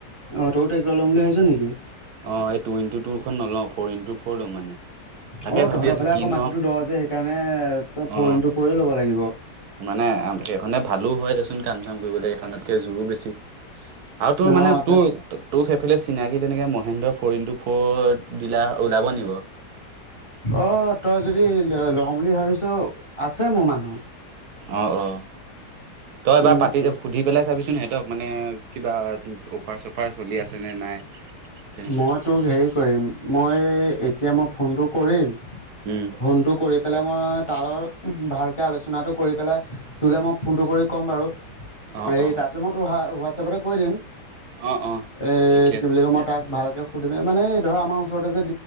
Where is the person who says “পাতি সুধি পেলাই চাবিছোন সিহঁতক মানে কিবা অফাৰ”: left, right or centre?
Right